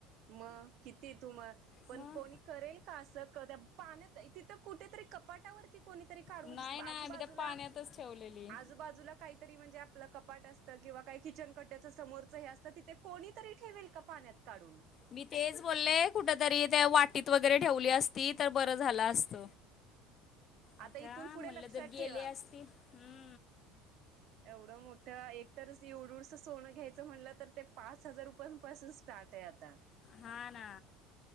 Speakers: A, on the right; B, on the left.
A: म किती तुम - पण
B: मग
A: कोणी- करेल का अस? त्या पाण्यात तिथ कुठेतरी कपाटावर- त कोणीतरी काढून.
B: नाही नाही
A: आजूबाजूला
B: मी त्या पाण्यातच ठेवलेली
A: आजूबाजूला काहीतरी म्हणजे- आपलं कपाट असतं किंवा काही किचन कट्ट्याचं समोरचं हे असतं तिथे- कोणीतरी ठेवेल का पाण्यात काढून?
B: मी तेच बोलले. कुठ तरी त्या वाटीत वगैरे ठेवली असती तर बरं झालं असत. आता
A: इथून पुढे
B: म्हटलं
A: लक्षात
B: तर गेले
A: ठेवा
B: असती. हम्.
A: एवढं मोठ्ठया एक तर अस एवढु एवढुस सोनं घ्यायचं म्हणलं तर ते पाच हजार रुपयांपासून- स्टार्ट ए आता.
B: हा ना.